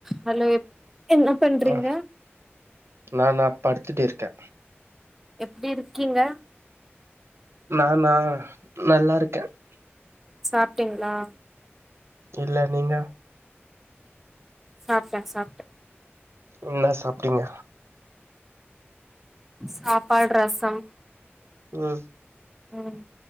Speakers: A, in the centre; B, on the right.
A: Hello என்ன பண்றீங்க
B: ஆ நானா படுத்துட்டு இருக்கே
A: எப்டி இருக்கீங்க
B: நானா நல்லா இருக்கே
A: சாப்டீங்ளா
B: இல்ல நீங்க
A: சாப்ட்டே சாப்ட்டே
B: என்னா சாப்ட்டீங்க
A: சாப்பாட் ரசம்
B: ம்
A: ம்